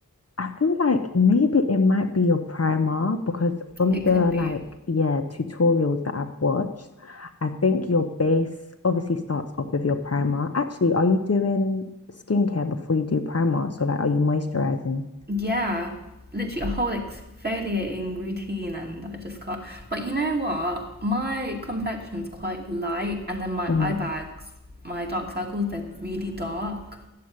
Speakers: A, on the left (about 45°); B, on the right (about 30°).
A: I feel like maybe it might be your primer because from
B: It
A: the
B: could be.
A: like yeah tutorials that I've watched, I think your base obviously starts off with your primer. Actually, are you doing skincare before you do primer? So like, are you moisturizing?
B: Yeah, literally a whole exfoliating routine, and I just can't. But you know what? My complexion's quite light, and then my
A: Mm.
B: eye bags, my dark circles, they're really dark.